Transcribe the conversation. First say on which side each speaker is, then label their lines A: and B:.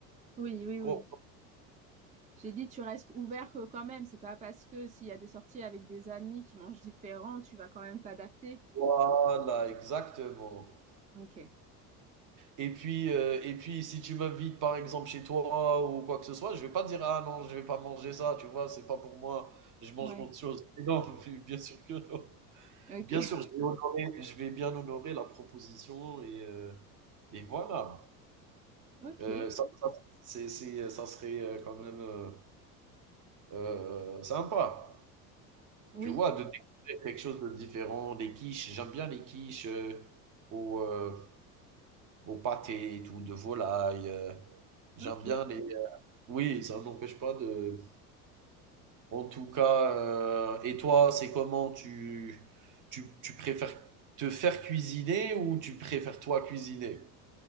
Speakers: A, on the right; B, on the right.
A: Oui, oui,
B: Quoi-
A: oui. J'ai dit, tu restes ouvert euh, quand même. C'est pas parce que s'il y a des sorties avec des amis qui mangent différent, tu vas quand même t'adapter.
B: Voilà, exactement.
A: Ok.
B: Et puis, euh, et puis, si tu m'invites par exemple chez toi ou quoi que ce soit, je vais pas dire ah non, je vais pas manger ça, tu vois, c'est pas pour moi, je mange
A: Ouais.
B: autre chose. Mais non, <laughs> bien sûr que non.
A: Ok.
B: Bien
A: <laughs>
B: sûr, je vais honorer- je vais bien honorer la proposition et, euh, et voilà.
A: Ok.
B: Euh, ça, ça, c'est, c'est- ça serait euh, quand même euh, euh, sympa,
A: Oui.
B: tu vois, de découvrir quelque chose de différent. Des quiches, j'aime bien les quiches euh, au, euh, au pâté et tout, de volaille. euh, J'aime
A: Ok.
B: bien les, Oui, ça n'empêche pas de en tout cas, heu et toi, c'est comment? Tu tu tu préfères te faire cuisiner ou tu préfères toi cuisiner?